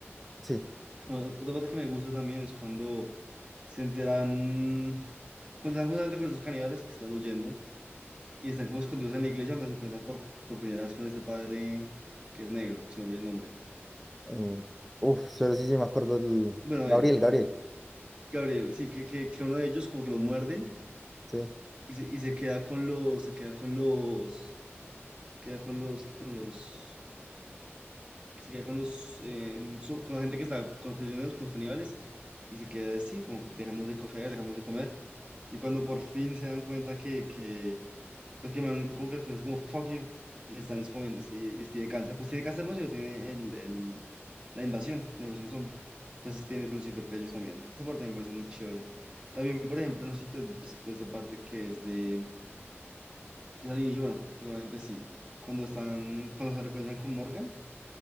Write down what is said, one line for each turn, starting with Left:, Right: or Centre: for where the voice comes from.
Centre: sí.
Right: otra parte que me gusta también es cuando se enteran, pues están justamente con esos caníbales que están huyendo y están como escondidos en la iglesia donde se encuentran por, por primera vez con este padre que es negro, que se me olvida el nombre.
Centre: Eh, uf, solo sí, sí me acuerdo del...
Right: Bueno,
Centre: Gabriel,
Right: él,
Centre: Gabriel,
Right: Gabriel, sí, que, que, que uno de ellos como que lo muerden
Centre: sí.
Right: y se, y se queda con los, se queda con los, queda con los, con los que se queda con los eh, su- con la gente que está con los prisioneros, con los caníbales, y se queda así, como dejándose coger, dejándose comer. Y cuando por fin se dan cuenta que, que pues que el man como que es como fuck you, y están escondiendo, este, y, este, y tiene cáncer, pues tiene cáncer, no, sino tiene el, el- la invasión, la invasión zombie. Entonces tiene, los infecta a ellos también. Esa parte me parece muy chévere. También, por ejemplo, no sé si te has visto esta parte que es de, que es al inicio, bueno, probablemente sí, cuando están, cuando se recuerdan con Morgan